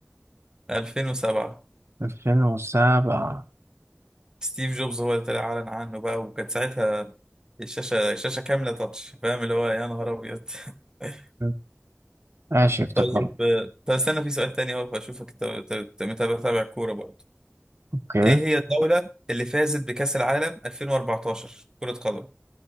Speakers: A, on the right; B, on the right.
A: <laughs> 2007
B: 2007
A: ستيف جوبز هو اللي طلع أعلن عنه بقى وكانت ساعتها الشاشة الشاشة كاملة تاتش فاهم اللي هو يا نهار أبيض <laughs>
B: مم. ماشي افتكرت
A: طيب آه، طب استنى في سؤال تاني أهو أشوفك متابع متابع كورة برضو
B: أوكي
A: ايه هي الدولة اللي فازت بكأس العالم 2014 كرة قدم